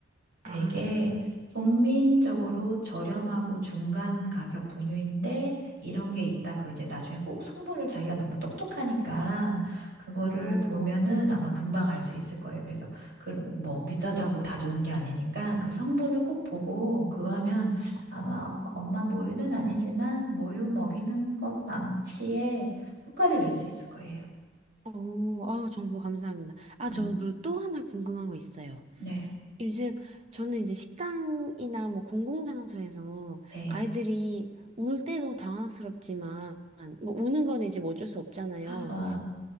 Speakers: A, on the right; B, on the right.
A: 되게
B: 아.
A: 국민적으로 저렴하고 중간 가격 분유인데 이런 게 있다. 그 이제 나중에 꼭 성분을 자기가 너무 똑똑하니까 그거를
B: 오,
A: 보면은 아마 금방 알 수 있을 거예요. 그래서 그 뭐 비싸다고 다 좋은 게 아니니까 그 성분을 꼭 보고 그거 하면
B: 아,
A: 아마 엄마 모유는 아니지만 모유 먹이는 것 망치에 효과를 낼 수 있을 거예요.
B: 오, 아우, 정보 감사합니다. 아,
A: 음.
B: 저 그리고 또 하나 궁금한 거 있어요.
A: 네.
B: 요즘 저는 이제 식당이나 뭐 공공장소에서
A: 네.
B: 아이들이 울 때도 당황스럽지만, 뭐 우는 거는 이제 뭐 어쩔 수 없잖아요.
A: 아,